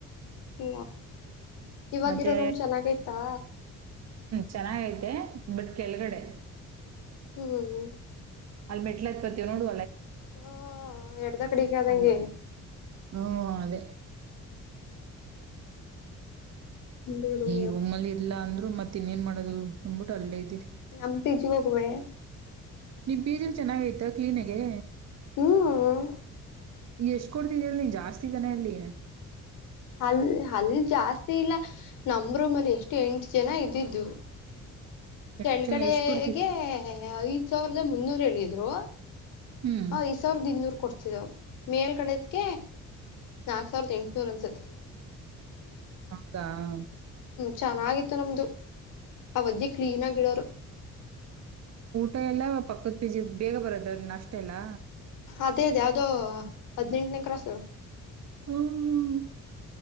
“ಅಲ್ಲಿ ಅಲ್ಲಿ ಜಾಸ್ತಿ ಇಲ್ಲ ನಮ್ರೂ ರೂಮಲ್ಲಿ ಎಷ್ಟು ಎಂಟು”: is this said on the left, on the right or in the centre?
Left